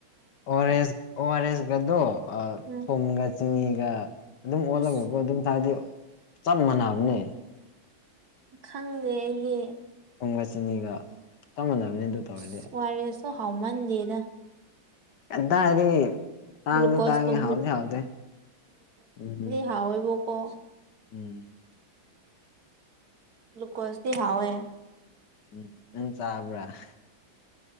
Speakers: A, on the left; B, on the right.
A: ꯑꯣꯥꯔ ꯑꯦꯁ ꯑꯣ ꯑꯥꯔ ꯑꯦꯁꯒꯗ
B: ꯎꯝ
A: ꯊꯨꯝꯒ ꯆꯤꯅꯤꯒ ꯑꯗꯨꯝ ꯑꯣꯜꯂꯒꯀꯣ
B: ꯑꯁ
A: ꯑꯗꯨꯝ ꯊꯔꯗꯤ ꯆꯞ ꯃꯥꯟꯅꯕꯅꯦ
B: ꯈꯪꯗꯦ ꯑꯩꯗꯤ
A: ꯊꯨꯝꯒ ꯆꯤꯅꯤꯒ ꯆꯞꯃꯥꯟꯅꯕꯅꯤ ꯑꯗꯨ ꯇꯧꯔꯗꯤ
B: ꯁ ꯋꯥꯔꯤꯔꯦꯁꯨ ꯍꯥꯎꯃꯟꯗꯦꯗ
A: ꯑꯗꯥ ꯍꯥꯏꯔꯤ ꯇꯥꯡꯗꯤ
B: ꯒ꯭ꯂꯨꯀꯣꯁꯀꯨꯝꯕ
A: ꯇꯥꯡꯤ ꯍꯥꯎꯗꯤ ꯍꯥꯎꯗꯦ ꯎꯝ
B: ꯊꯥꯎ ꯑꯣꯏꯕ ꯀꯣ
A: ꯎꯝ
B: ꯒ꯭ꯂꯨꯀꯣꯁꯗꯤ ꯍꯥꯎ ꯑꯦ
A: ꯎꯝ ꯎꯝ ꯆꯥꯕ꯭ꯔꯥ